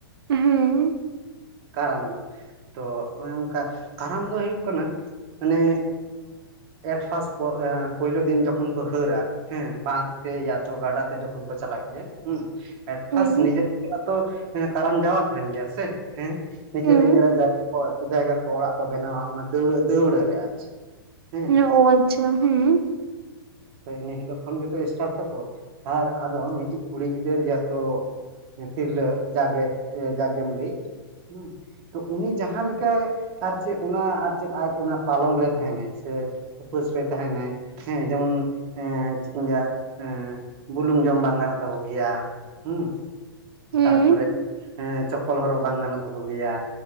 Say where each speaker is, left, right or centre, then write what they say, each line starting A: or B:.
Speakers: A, on the right; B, on the right.
A: ᱦᱩᱸ
B: ᱠᱟᱨᱟᱢ ᱫᱚ ᱛᱚ ᱚᱱᱮ ᱚᱱᱠᱟ ᱠᱟᱨᱟᱢ ᱫᱚ ᱦᱩᱭᱩᱜ ᱠᱟᱱᱟ ᱢᱟᱱᱮᱻ ᱮᱴ ᱯᱷᱟᱥᱯ ᱯᱩᱭᱞᱩ ᱫᱤᱱ ᱡᱚᱠᱷᱚᱱ ᱠᱚ ᱦᱟᱹᱨᱟ ᱦᱮᱸ ᱵᱟᱸᱫ ᱛᱮ ᱭᱟᱛᱚ ᱜᱟᱰᱟ ᱛᱮ ᱡᱚᱠᱷᱚᱱ ᱠᱚ ᱪᱟᱞᱟᱜ ᱜᱮᱭᱟ ᱦᱩᱸ <unintelligible>
A: ᱦᱮᱸ
B: ᱯᱷᱟᱥ ᱱᱤᱡᱮᱨ ᱛᱚᱣᱟ ᱛᱚ ᱠᱟᱨᱟᱱ ᱡᱟᱣᱟ ᱛᱟᱦᱮᱱ ᱜᱮᱭᱟ ᱥᱮ ᱦᱮᱸ ᱱᱤᱡᱮᱨ
A: ᱦᱮᱸ
B: ᱧᱮᱞᱟᱨ ᱡᱟᱭᱜᱟ ᱡᱟᱭᱜᱟᱠᱚ ᱚᱲᱟᱜ ᱠᱚ ᱵᱮᱱᱟᱣᱟ ᱚᱱᱟ ᱫᱟᱹᱣᱲᱟᱹ ᱫᱟᱹᱣᱲᱟᱹ ᱨᱮ ᱟᱨ ᱪᱮᱫ ᱦᱮᱸ
A: ᱚ ᱟᱪᱪᱷᱟ ᱦᱮᱸ
B: ᱮᱱᱟᱹ ᱦᱤᱞᱳᱜ ᱠᱷᱚᱱ ᱜᱮᱛᱚ ᱮᱥᱴᱟᱴ ᱛᱟᱠᱚ ᱟᱨ ᱟᱫᱚ ᱢᱤᱫᱴᱤᱡ ᱠᱩᱲᱤ ᱜᱤᱫᱽᱟᱨ ᱭᱟ ᱛᱚ ᱛᱤᱨᱞᱟᱹ ᱡᱟᱜᱮ ᱡᱟᱜᱜᱮᱢ ᱞᱟᱹᱭ ᱦᱩᱸ ᱛᱚ ᱩᱱᱤ ᱡᱟᱦᱟᱸ ᱞᱮᱠᱟᱭ ᱟᱨ ᱪᱮᱫ ᱚᱱᱟ ᱟᱨ ᱪᱮᱫ ᱟᱡ ᱚᱱᱟ ᱯᱟᱞᱚᱱ ᱨᱮ ᱛᱟᱦᱮᱱᱟᱭ ᱥᱮᱻ ᱩᱯᱟᱹᱥ ᱨᱮ ᱛᱟᱦᱮᱱᱟᱭ ᱦᱮᱸ ᱡᱮᱢᱚᱱ ᱦᱮᱸ ᱪᱮᱫ ᱤᱧ ᱞᱟᱹᱭᱟ ᱦᱮ ᱵᱩᱞᱩᱝ ᱡᱚᱢ ᱵᱟᱝ ᱜᱟᱱᱚᱜ ᱛᱟᱠᱚ ᱜᱮᱭᱟ ᱦᱩᱸ
A: ᱦᱩᱸ
B: ᱛᱟᱨᱯᱚᱨᱮᱸ ᱪᱚᱯᱚᱞ ᱦᱚᱨᱚᱜ ᱵᱟᱝ ᱜᱟᱱᱚᱜᱻ ᱛᱟᱠᱚ ᱜᱮᱭᱟ